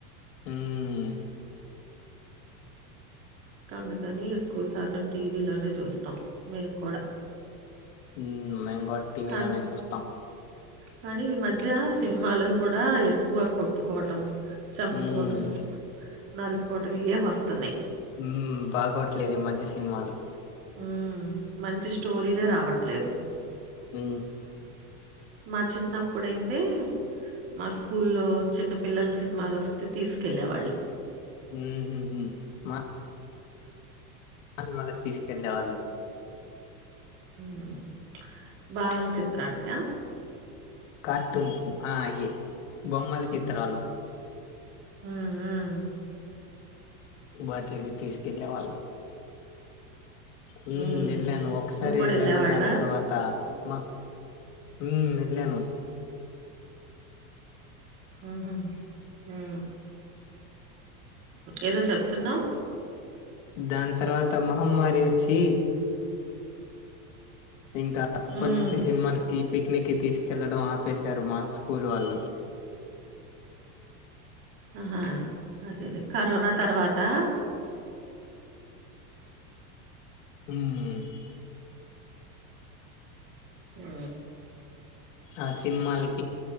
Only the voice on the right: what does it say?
అందుకని ఎక్కువ శాతం టీ వీ లోనే చూస్తాం మేం కూడా
కానీ
కానీ ఈ మధ్య సినిమాలు కూడా ఎక్కువ కొట్టుకోవటం చంపుకోవటం
నరుక్కోవటం ఈ ఏ వస్తున్నాయ్
ఊ మంచి స్టోరీలే రావట్లేదు
మా చిన్నప్పుడైతే మా స్కూల్లో చిన్న పిల్లల సినిమాలు వస్తే తీసుకెళ్ళే వాళ్ళు
ఊనా బాలల చిత్రానికా
మ్మ్ మ్మ్
ఉమ్
నువ్వు కూడా
ఎళ్ళేవాడివా
ఊహూ ఊ ఏదో చెప్ తున్నా
ఉమ్
అహా అదేలే కరోనా తర్వాతా
ఆ